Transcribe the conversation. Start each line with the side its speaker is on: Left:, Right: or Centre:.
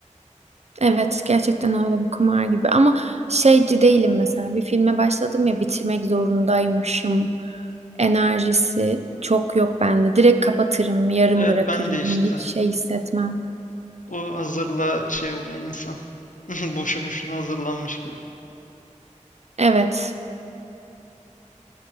Right: Evet gerçekten öyle bir kumar gibi. Ama şeyci değilim mesela. Bir filme başladım ya bitirmek zorundaymışım. Enerjisi çok yok bende. Direkt kapatırım, yarım
Left: Evet
Right: bırakırım.
Left: ben de işte
Right: Hani hiç şey hissetmem.
Left: O hazırla şey oluyor insan. <laughs> Boşu boşuna hazırlanmış gibi.
Right: Evet.